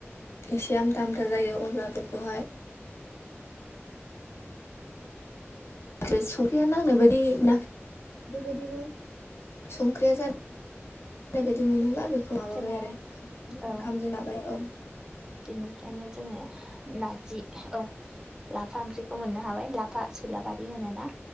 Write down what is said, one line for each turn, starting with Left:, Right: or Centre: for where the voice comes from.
Left: एसे आमथा आमथा जायो अब्ला बेखौहाय <unintelligible> संख्रिया नांनो बायदि नाख बेबायदिनो संख्रिया जानाय जानाय बायदि मोनोब्ला बेखौ माबाबाय
Right: जोङो
Left: आरो ओंखामजों
Right: औ
Left: लाबाय औ
Right: बेनिफ्रायनो जोङो नारजि औ लाफा ओंख्रिखौ मोननो हाबाय लाफा सुलाबारि होनोना